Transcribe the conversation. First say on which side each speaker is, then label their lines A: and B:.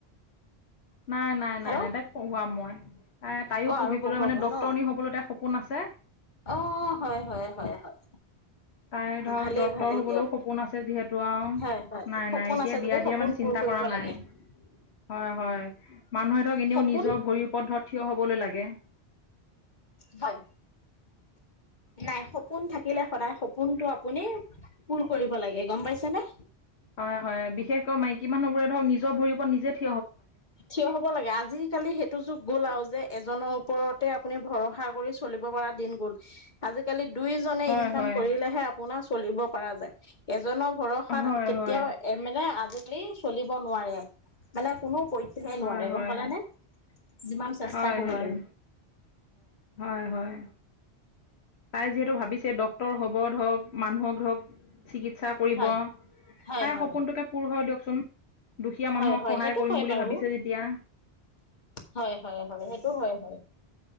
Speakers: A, on the left (about 75°); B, on the left (about 45°).
A: নাই নাই
B: হেল্ল'
A: নাই নাই তাই কঢ়োৱাম মই। এ তাইও
B: অ আৰু
A: পঢ়িবলৈ
B: পঢ়ুৱাব
A: মানে ডক্তৰণি
B: ন
A: হবলৈ তাই সপোন আছে।
B: অ হয় হয় হয় হয়।
A: তাই ধৰক
B: ভালেই
A: ডক্তৰ
B: ভালেই
A: হ'বলৈও
B: দিয়ক
A: সপোন আছে যিহেতু আৰু
B: হ হয়
A: নাই
B: সপোন
A: নাই এতিয়া
B: আছে
A: বিয়া
B: যদি
A: দিয়া
B: সপোনাক।
A: মানে চিন্তা
B: পুৰ কৰিব
A: কৰা নাই
B: লাগে।
A: হয় হয় মানুহতক এনেও
B: সপোন
A: নিজৰ ভৰি ওপৰত ধ থিয় হবলৈ লাগে।
B: হয়। নাই সপোন থাকিলে সদায় সপোনটো আপুনি পূৰ কৰিব লাগে গম পাইছেনে
A: হয় হয় বিশেষকৈ মাইকী মানুহবোৰে ধৰক নিজৰ ভৰিব পৰা নিজে থি
B: থিয় হ'ব লাগে আজিকালি সেইটো যুগ গ'ল আৰু যে এজনৰ ওপৰতে আপুনি ভৰসা চল আশা কৰি চলিব পৰা দিন গল আজিকালি দুই জনে
A: হয়
B: ইনকাম
A: হয়
B: কৰিলেহে আপোনাৰ চলিব কৰা যায় এজনৰ ভৰসাত
A: হয়
B: কেতিয়াও
A: হয়
B: মানে আজি কালি চলিব নোৱাৰে মানে কোনো পধ্যে
A: হয়
B: নোৱাৰে গম
A: হয়
B: পালে নে যিমান চেষ্টা
A: হয়
B: কৰিলো
A: হয় হয় হয়। তাই যিহেতু ভাবিছে ডক্তৰ হ'ব ধক মানুহক ধৰক চিকিৎসা কৰিব
B: হয়
A: তাই
B: হয় হয়
A: সপোনটোকে পূৰ হৈ দিয়কচোন দুখীয়া
B: হয়
A: মানুহক
B: হয়
A: সহায়
B: সেইটো
A: কৰিম
B: হয়
A: বুলি
B: বাৰু
A: ভাবিছে যেতিয়া।
B: হয় হয় হয় সেইটো হয় হয়